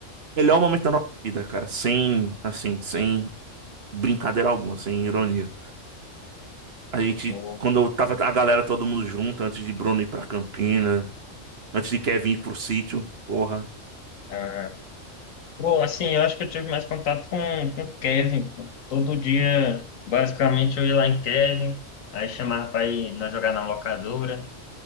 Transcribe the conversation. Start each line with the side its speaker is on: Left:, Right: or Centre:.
Right: Melhor momento da nossa vida, cara. Sem, assim, sem brincadeira alguma, sem ironia. A gente,
Left: Pô,
Right: quando eu tava a galera todo mundo junto, antes de Bruno ir pra Campina, antes de Kevin ir pro sítio, porra.
Left: ah, pô, assim, eu acho que eu tive mais contato com com o Kevin. pô. Todo dia, basicamente, eu ia lá em Kevin, aí chamava pra ir nós jogar na locadora.